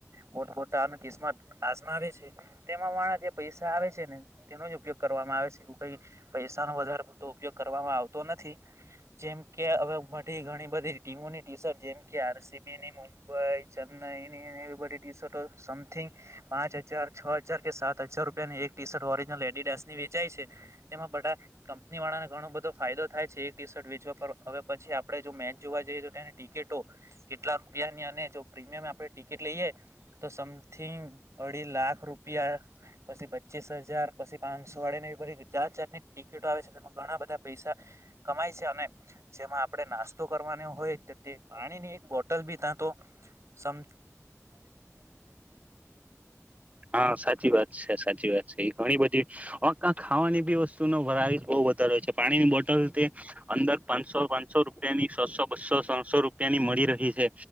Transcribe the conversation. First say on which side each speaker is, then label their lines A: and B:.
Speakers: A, on the right (about 60°); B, on the right (about 25°).
A: પોતપોતાની કિસ્મત આસમાવે છે. તેમાં વાળા જે પૈસા આવે છે ને એનો જ ઉપયોગ કરવામાં આવે છે એવું કઈ પૈસા નો વધારે પુરતો ઉપયોગ કર વામાં આવતુ નથી જેમ કે હવે બધી ઘણી બધી ટીમોની ટી શર્ટ જેમ કે આર સી બી ની, મુંબઈ, ચેન્નઈ કે ને એવી બધી ટી શર્ટ સમથિંગ પાંચ હજાર, છો હજાર કે સાત હજાર રૂપિયાની એક ટી શર્ટ ઓરીજ નલ લેડીડાસ ની વેચાય છે એમાં બધા કંપની વાળાને ઘણો બધો ફાયદો થાય છે, એક ટી શર્ટ વેચવા પર હવે, પછી આપડે જો મેચ જોવા જઈએ, તો તેની ટિકિટો કેટલા રૂપિયાની અને જો પ્રીમિયમ આપણે ટિકિટ લઈએ તો સમથિંગ અઢી લાખ રૂપિયા, પછી પચીસ હજાર, પછી પાંચસો વાળી ની જાત જાતની ટિકિટો આવે છે, તેમાં ઘણા બધા પૈસા કમાય છે, અને જેમાં આપડણે નાસ્તો કરવાનો હોય, તો તે પાણી ની એક બોટલ બી ત્યાં તો સમ
B: હા, સાચી વાત છે, સાચી વાત છે, ઘણી બધી ખાવાની બી વસ્તુ ન વરા બહ વધારે છે, પાણીની બોટલ તે અંદર પાંચસો પાંચસો રૂપિયાની, છસો બસો, ત્રણસો, રૂપિયાની મળી રહી છે.